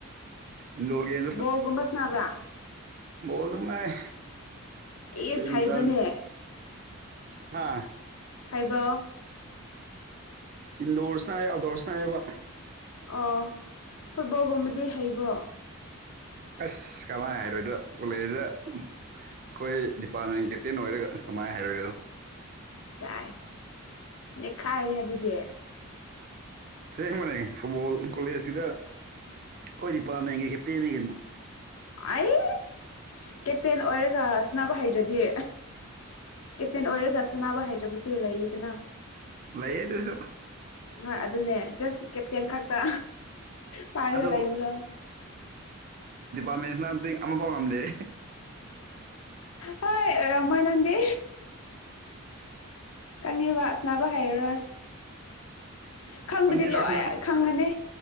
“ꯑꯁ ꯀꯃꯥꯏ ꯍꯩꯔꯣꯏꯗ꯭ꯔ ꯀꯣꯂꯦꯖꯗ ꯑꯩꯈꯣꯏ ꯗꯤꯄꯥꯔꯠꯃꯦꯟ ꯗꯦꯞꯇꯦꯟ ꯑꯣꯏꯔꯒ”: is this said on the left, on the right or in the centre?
Right